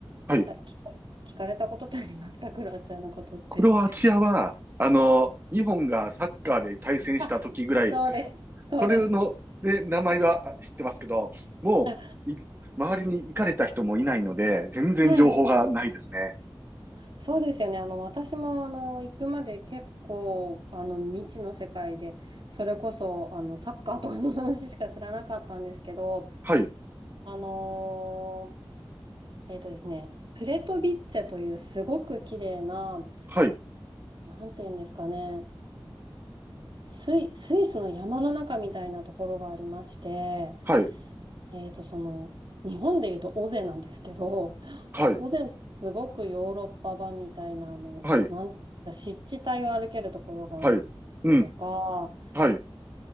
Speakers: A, on the right (about 25°); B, on the right (about 60°).
A: はい。
B: あ、聞か、聞かれたことってありますか、クロアチアのことって。
A: クロアチアは、あの、日本がサッカーで対戦した時ぐらい、
B: あ、そうです。そうです。
A: それの、で、名前はあ知ってますけど、もう、
B: あ、
A: い周りに行かれた人もいないので、全然情報がないですね。
B: はい。そうですよね。あの、私も、あの、行くまで結構、あの、未知の世界で、それこそ、あの、サッカーとかの話しか知らなかったんですけど、
A: はい。
B: あのーえっとですね、プレトビッチェというすごく綺麗な、
A: はい。
B: なんていうんですかね、スイ、スイスの山の中みたいなところがありまして、
A: はい。
B: えっと、その、日本でいうと尾瀬なんですけど、
A: はい。
B: 尾瀬のすごくヨーロッパ版みたいな、あの、
A: はい。
B: なん湿地帯を歩けるところがあっ
A: はい。うん。
B: とか、
A: はい。